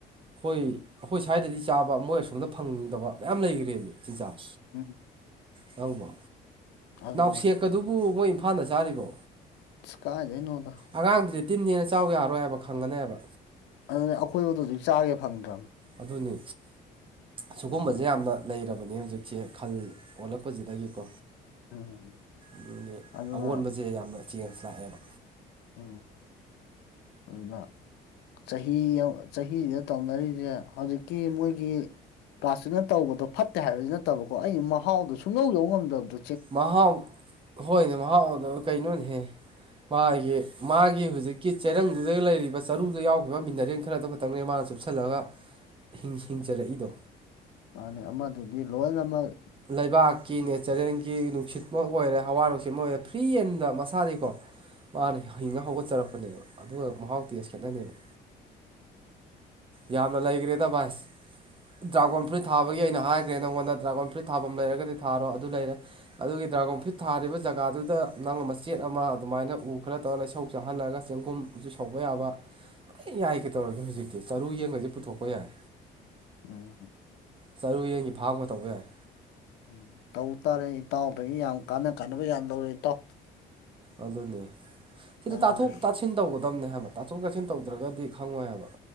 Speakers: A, on the right (about 30°); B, on the left (about 85°).
A: ꯍꯣꯏ ꯑꯩꯈꯣꯏ ꯁ꯭ꯋꯥꯏꯗꯥꯗꯤ ꯆꯥꯕ ꯃꯣꯏ ꯑꯁꯣꯝꯗꯥ ꯐꯪꯗꯕ ꯃꯌꯥꯝ ꯂꯩꯒ꯭ꯔꯦꯅꯦ ꯆꯤꯟꯖꯥꯛ
B: ꯎꯝ
A: ꯅꯪꯕꯣ
B: ꯑꯗꯨꯅꯦ
A: ꯅꯥꯎꯁꯦꯛꯀꯥꯗꯨꯕꯨ ꯃꯣꯏ ꯏꯝꯐꯥꯜꯗ ꯆꯥꯔꯤꯕꯣ
B: ꯑꯁ ꯀꯥꯏꯗꯩꯅꯣꯗꯥ
A: ꯑꯉꯥꯡꯗꯨꯗꯤ ꯇꯤꯟꯅꯦꯅ ꯆꯥꯎ ꯌꯥꯔꯔꯣꯏ ꯍꯥꯏꯕ ꯈꯪꯉꯥꯅꯦꯕ
B: ꯑꯗꯨꯅꯦ ꯑꯩꯈꯣꯏꯕꯨꯛꯇꯥ ꯍꯧꯖꯤꯛ ꯆꯥꯒꯦ ꯐꯪꯗ꯭ꯔꯕꯅꯦ
A: ꯑꯗꯨꯅꯤ ꯁꯤꯒꯨꯝꯕꯖꯦ
B: ꯑꯗꯨꯅ
A: ꯌꯥꯝꯅ ꯂꯩꯔꯕꯅꯦ ꯍꯧꯖꯤꯛꯁꯦ ꯈꯜ ꯑꯣꯜꯂꯛꯄꯖꯤꯗꯥꯒꯤꯀꯣ
B: ꯎꯝ
A: ꯑꯗꯨꯅꯦ
B: ꯑꯗꯨꯅ
A: ꯑꯋꯣꯟꯕꯖꯦ ꯌꯥꯝꯅ ꯆꯦꯟꯖ ꯂꯥꯛꯑꯦꯕ
B: ꯎꯝ ꯑꯗꯨꯗꯥ ꯆꯍꯤ ꯆꯍꯤꯁꯤꯗꯥ ꯇꯧꯅꯔꯤꯖꯦ ꯍꯧꯖꯤꯛꯀꯤ ꯃꯣꯏꯒꯤ ꯄꯂꯥꯁꯇꯤꯛꯅ ꯇꯧꯕꯗꯣ ꯐꯠꯇꯦ ꯍꯥꯏꯕꯗꯤ ꯅꯠꯇꯕꯀꯣ ꯑꯩ ꯃꯍꯥꯎꯗꯣ ꯁꯨꯡꯌꯧ ꯌꯧꯕ ꯉꯝꯗꯕꯗꯨ
A: ꯃꯍꯥꯎ ꯍꯣꯏꯅꯦ ꯃꯍꯥꯎꯗꯣ ꯀꯩꯅꯣꯅꯦꯍꯦ ꯃꯥꯒꯤ ꯃꯥꯒꯤ ꯍꯨꯖꯤꯛꯀꯤ ꯆꯦꯔꯪꯗꯨꯗꯥꯒꯥ ꯂꯩꯔꯤꯕ ꯆꯥꯔꯨꯗꯥ ꯌꯥꯎꯒꯤꯕ ꯃꯤꯅꯔꯦꯜ ꯈꯔꯗꯣ ꯇꯡꯅꯦ ꯃꯥꯅ ꯆꯨꯞꯁꯤꯜꯂꯒꯥ ꯍꯤꯡ ꯍꯤꯡꯖꯥꯔꯛꯏꯗꯣ
B: ꯃꯥꯅꯤ ꯑꯃꯗꯨꯗꯤ ꯂꯣꯏꯅꯥ ꯃꯛ꯫
A: ꯂꯩꯕꯥꯛꯀꯤ ꯅꯦꯆꯔꯦꯜꯒꯤ ꯅꯨꯡꯁꯤꯠꯃꯛ ꯑꯣꯏꯔꯦ ꯍꯋꯥ ꯅꯨꯡꯁꯤꯠ ꯃꫭꯏꯅ ꯄꯤꯛꯏꯀꯥꯟꯗꯥ ꯃꯁꯥꯗꯩꯀꯣ꯫ ꯋꯥꯅ ꯍꯤꯡꯉ ꯍꯧꯒꯠꯆꯔꯛꯄꯅꯦꯕ ꯑꯗꯨꯒ ꯃꯍꯥꯎ ꯇꯦꯁ ꯈꯦꯠꯅꯅꯦꯒꯅꯤ
B: ꯎꯝ <unintelligible>
A: ꯌꯥꯝꯅꯥ ꯂꯩꯈ꯭ꯔꯦꯗ ꯚꯥꯏꯁ꯫ ꯗ꯭ꯔꯥꯒꯣꯟ ꯐ꯭ꯔꯨꯏꯠ ꯊꯥꯕꯒꯤ ꯑꯩꯅ ꯍꯥꯏꯈ꯭ꯔꯦ ꯅꯪꯉꯣꯟꯗ ꯗ꯭ꯔꯥꯒꯣꯟ ꯐ꯭ꯔꯨꯏꯠ ꯊꯥꯐꯝ ꯂꯩꯔꯒꯗꯤ ꯊꯥꯔꯣ ꯑꯗꯨ ꯂꯩꯔꯦ꯫ ꯑꯗꯨꯒꯤ ꯗ꯭ꯔꯥꯒꯣꯟ ꯐ꯭ꯔꯨꯏꯠ ꯊꯥꯔꯤꯕ ꯖꯒꯥꯗꯨꯗꯥ ꯅꯪꯅꯥ ꯃꯆꯦꯠ ꯑꯃ ꯑꯗꯨꯃꯥꯏꯅ ꯎ ꯈꯔ ꯇꯧꯔꯒ ꯂꯩꯁꯧ ꯆꯥꯍꯜꯂꯒ ꯆꯦꯡꯒꯨꯝꯁꯨ ꯁꯧꯕ ꯌꯥꯕ꯫ ꯂꯥꯏ ꯌꯥꯏ ꯀꯩꯗꯧꯔꯒꯦ ꯍꯧꯖꯤꯛꯇꯤ ꯆꯔꯨ ꯌꯦꯡꯉꯒꯁꯨ ꯄꯨꯊꯣꯛꯄ ꯌꯥꯏ꯫
B: ꯎꯝ
A: ꯆꯔꯨ ꯌꯦꯟꯒꯤ ꯐꯥꯕ ꯒꯥ ꯇꯧꯕ ꯌꯥꯏ꯫
B: ꯎꯝ ꯇꯧ ꯇꯥꯔꯦ ꯏꯇꯥꯎꯗꯒꯤ ꯌꯥꯝ ꯀꯥꯟꯅꯥ ꯀꯥꯟꯅꯕ ꯌꯥꯝ ꯂꯧꯔꯦ ꯏꯇꯥꯎ꯫
A: ꯑꯗꯨꯅꯤ ꯫ ꯁꯤꯗꯤ
B: ꯑꯗꯨꯅꯦ
A: ꯇꯥꯊꯣꯛ ꯇꯥꯁꯤꯟ ꯇꯧꯒꯗꯝꯕꯅꯦ ꯍꯥꯏꯕ ꯇꯥꯊꯣꯛ ꯇꯥꯁꯤꯟ ꯇꯧꯗ꯭ꯔꯒꯗꯤ ꯈꯪꯉꯣꯏ ꯍꯥꯏꯕꯥ꯫